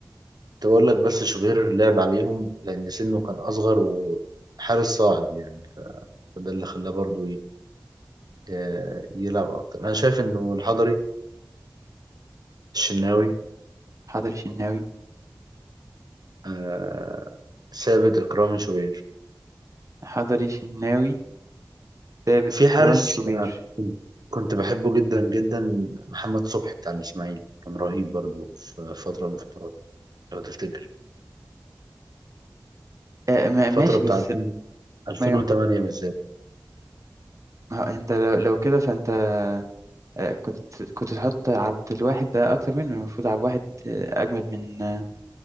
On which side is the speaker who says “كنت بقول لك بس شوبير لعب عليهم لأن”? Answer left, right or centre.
Right